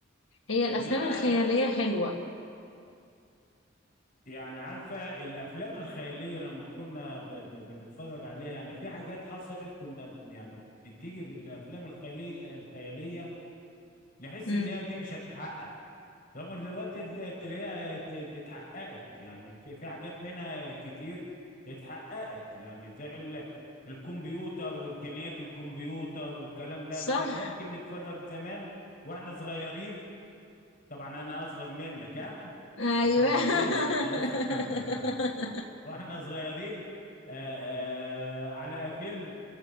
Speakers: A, on the left; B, on the left.
A: هي الأفلام
B: انما
A: الخيالية حلوة
B: يعني عارفة الأفلام الخيالية لما كنا ب... ب... بنتفرج عليها يعني في حاجات حصلت كنا يعني بتيجي في الأفلام الخيالية الخيالية نحس
A: امم
B: إنها دي مش هتتحقق رغم إن دلوقتي تلا- تلاقيها ات- ات- اتحققت يعني في في حاجات منها كتير اتحققت يعني زي ال... الكمبيوتر وإمكانيات الكمبيوتر والكلام ده
A: صح
B: كان ممكن نتفرج زمان وإحنا صغيرين طبعا أنا أصغر منك ها
A: أيوة
B: مش أكبر منك
A: <laughs>
B: <laughs> واحنا صغيرين آآ آآ على فيلم